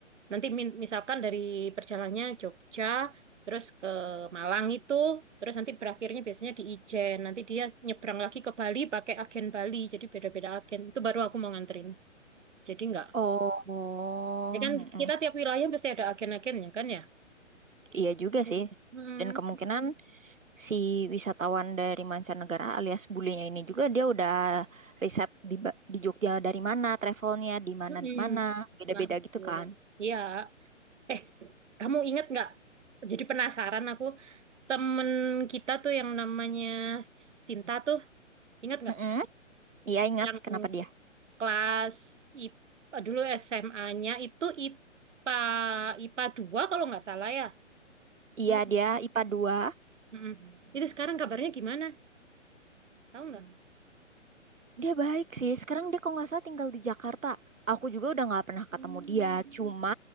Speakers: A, on the right; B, on the right.
A: Nanti min- misalkan dari perjalannya Jogja, terus ke Malang itu, terus nanti berakhirnya biasanya di Ijen. Nanti dia nyebrang lagi ke Bali pakai agen Bali. Jadi beda-beda agen. Itu baru aku mau nganterin. Jadi nggak.
B: oh
A: Ya kan
B: mm-mm.
A: kita tiap wilayah pasti ada agen-agennya kan ya. Gitu.
B: iya juga sih
A: Mm-mm.
B: dan kemungkinan si wisatawan dari mancanegara alias bulenya ini juga dia udah riset di Ba- di Jogja dari mana travelnya di mana
A: Mm-mm.
B: mana beda-beda
A: Nah, itu.
B: gitu kan
A: Iya. Eh, kamu inget nggak? Jadi penasaran aku. Temen kita tuh yang namanya Sinta tuh, inget nggak?
B: Mm-mm. Iya ingat
A: Yang
B: kenapa dia
A: kelas IPA, dulu SMA-nya itu IPA, IPA 2 kalau nggak salah ya.
B: iya
A: Ingat nggak?
B: dia IPA dua
A: Mm-mm. Itu sekarang kabarnya gimana? Tahu nggak?
B: dia baik sih sekarang dia kok nggak salah tinggal di Jakarta aku juga udah nggak pernah
A: Hmm.
B: ketemu dia cuma